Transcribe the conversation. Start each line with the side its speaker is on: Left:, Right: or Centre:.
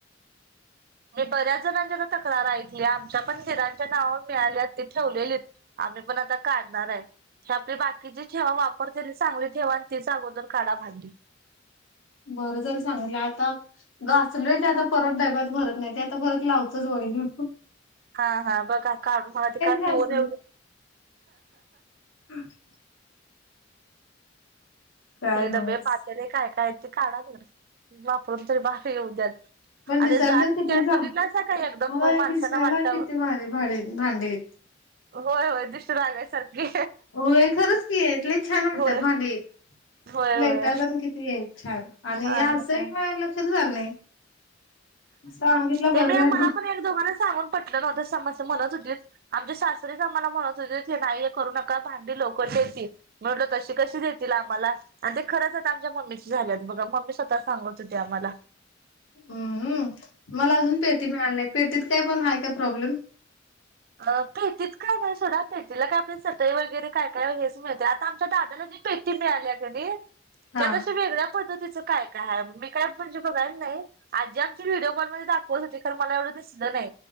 Right: होय बऱ्याच जणांच्या त तक्रार ऐकली आमच्या पण दिरांच्या नावावर मिळाल्यात ती ठेवलेली आम्ही पण आता काढणार ये. हे आपली बाकीची ठेवा वापरते आणि चांगली ठेवा आणि तीच अगोदर काढा भांडी
Left: बरं झालं सांगितलं आता घासलोय ते आता परत डब्यात भरत नाय ते आता परत लावतोच बघ <unintelligible>
Right: हा हा बघा काढून बघा ती काय
Left: घासलोय
Right: पीवर एवढी
Left: <unintelligible> काय
Right: ते
Left: नव्हच
Right: डबे पाट त्याने काय काय ते काढा <unintelligible> वापरून तरी बाहेर येऊद्यात.
Left: पण
Right: आणि
Left: दिसायला
Right: जाड
Left: तर
Right: किती हायत
Left: चांग
Right: बघितलासा का एकदम
Left: होय
Right: माणसांना
Left: दिसायला
Right: वाटावं
Left: किती भारी भारी भांडी आहेत.
Right: होय होय दृष्ट लागायसारखी
Left: हो खरंच की लय छान वाटतात
Right: होय
Left: भांडी
Right: होय
Left: प्लेटा
Right: होय
Left: पण कि ती येत छान आणि
Right: हा
Left: असं
Right: हा
Left: ही माया लक्षातच आलं नाही. सांगितलं बरं
Right: ते मी
Left: झालं
Right: मला पण एक दोघांन सांगून पटलं नव्हत समस म्हणत होतीत. आमचे सासरेच आम्हाला म्हणत होते ते नाही हे करू नका भांडी लवकर देतील म्हटंल तशी कशी देतील आम्हाला आणि ते खरंच आता आमच्या मम्मीची झाल्यात बघा मम्मी स्वतः सांगत होती आम्हाला
Left: हम्म मला अजून प्लेटी मिळाल्या नाही पेटीत काय पण हाय काय प्रॉब्लेम
Right: अ पेटीच काय नाय सोडा पेटीला काय आपली सटई वगैरे काय काय हेच मिळतय आता आमच्या दादाला जी पेटी मिळाल्या क नी
Left: हा
Right: त्यात अशी वेगळ्या पद्धतीच काय काय हाय मी काय म्हणजे बघाय नाय आजी आमच्या व्हिडिओ कॉलमध्ये दाखवत होती खरं मला एवढं दिसलं नाय.